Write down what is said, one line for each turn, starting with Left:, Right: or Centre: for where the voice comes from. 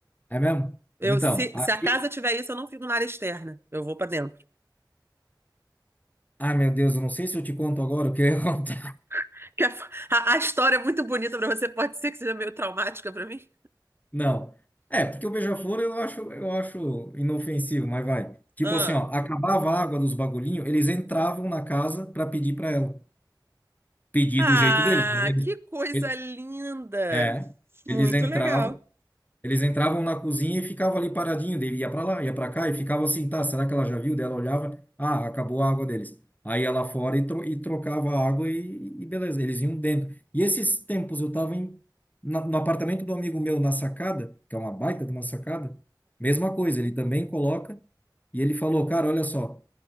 Left: É mesmo?
Right: Eu,
Left: Então,
Right: se,
Left: aqui.
Right: se a casa tiver isso, eu não fico na área externa, eu vou pra dentro.
Left: Ai, meu Deus, eu não sei se eu te conto agora o que <laughs> aconteceu.
Right: <laughs> Porque a, a- a história é muito bonita pra você, pode ser que seja meio traumática pra mim.
Left: Não. É, porque o beija-flor eu acho, eu acho inofensivo, mas vai. Tipo
Right: Ah,
Left: assim, ó, acabava a água dos bagulhinhos, eles entravam na casa para pedir para ela. Pedir
Right: ah,
Left: do jeito deles. mas Eles,
Right: que coisa
Left: ele-
Right: linda!
Left: é,
Right: Muito
Left: eles entravam,
Right: legal.
Left: eles entravam na cozinha e ficavam ali paradinho, daí ia para lá, ia para cá e ficava assim, tá, será que ela já viu? Daí ela olhava, ah, acabou a água deles. Aí ela fora e, tro e trocava a água e, e beleza, eles iam dentro. E esses tempos eu tava em, na, no apartamento do amigo meu na sacada, que é uma baita de uma sacada, mesma coisa, ele também coloca e ele falou, cara, olha só,